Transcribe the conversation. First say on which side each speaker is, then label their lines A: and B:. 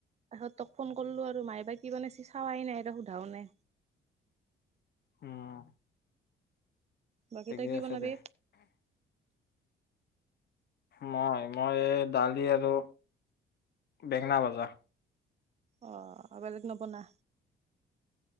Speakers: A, on the right; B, on the left.
A: তাহত তক ফোন কৰিলো আৰু মাই বাা কি মানে চাৱাই নাই এ সোধাও নে।
B: উম।
A: বাকী,
B: ঠিকে
A: তই কি
B: আছে
A: বনাবি?
B: দে। মই মই এই দালি আৰু বেঙেনা ভজা।
A: অ' আ বেলেগ নবনা।